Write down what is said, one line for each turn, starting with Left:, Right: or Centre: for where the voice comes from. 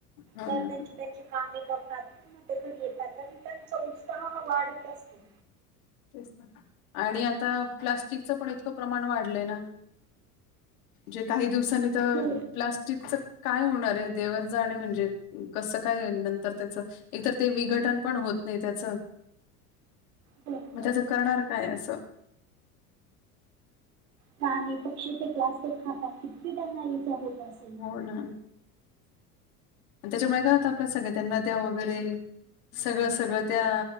Left: हो
Right: तर
Left: ना.
Right: त्यांची त्यांची कामे करतात पूर्ण ते घरी येतात आणि त्यांचा उत्साह ह वाढत असतो.
Left: तेच ना. आणि आता प्लास्टिकचं पण इतकं प्रमाण वाढलंय ना जे काही दिवसांनी तर
Right: हो
Left: प्लास्टिकच काय होणारे देवच जाणे म्हणजे, कसं काय नंतर त्याचं एक तर ते विघटन पण होत नाही त्याच.
Right: बरोबर
Left: म त्याच
Right: तेच
Left: करणार
Right: ना
Left: काय असं.
Right: प्राणी, पक्षी ते प्लास्टिक खाता. किती त्यांना इजा होत असेल म्हणे.
Left: हो ना आणि त्याच्यामुळे काय होतं आपल सगळं त्यांना द्या वगैरे सगळं सगळं त्या